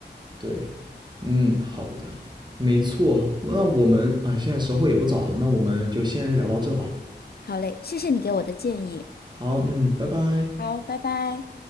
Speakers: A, on the right; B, on the left.
A: 对，嗯，好的，没错。那我们啊，现在时候也不早了，那我们就先聊到这吧。
B: 好嘞，谢谢你给我的建议，
A: 好，嗯，拜拜。
B: 好，拜拜。